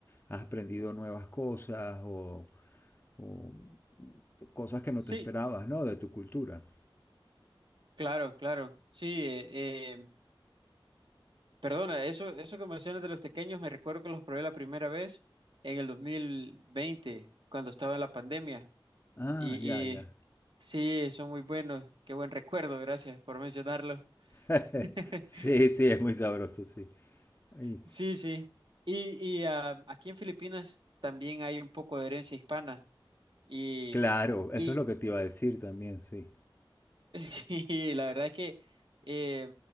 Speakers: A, on the left; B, on the right.
A: has aprendido nuevas cosas o, o cosas que no
B: sí,
A: te esperabas, ¿no? De tu cultura.
B: claro, claro, sí. eh, eh, Perdona, eso, eso que mencionas de los tequeños, me recuerdo que los probé la primera vez en el 2020, cuando estaba en la pandemia.
A: Ah,
B: Y,
A: ya, ya.
B: y sí, son muy buenos. Qué buen recuerdo, gracias por mencionarlo.
A: <laughs>
B: <laughs>
A: Sí, sí, es muy sabroso, sí. Ay,
B: Sí, sí. Y, y ah, aquí en Filipinas también hay un poco de herencia hispana. Y,
A: claro, eso
B: y
A: es lo que te iba a decir también, sí.
B: <laughs> sí, la verdad es que eh,